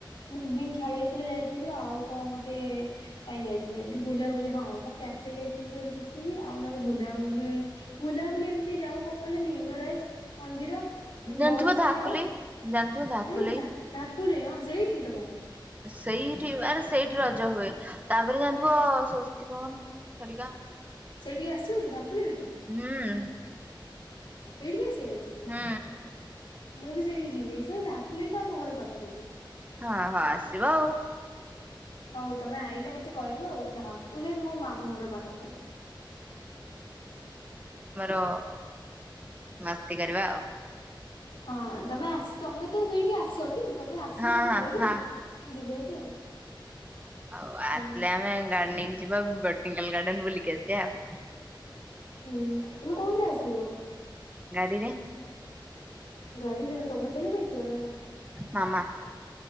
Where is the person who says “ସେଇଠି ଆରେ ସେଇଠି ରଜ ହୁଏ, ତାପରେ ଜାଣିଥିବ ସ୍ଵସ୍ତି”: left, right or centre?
Right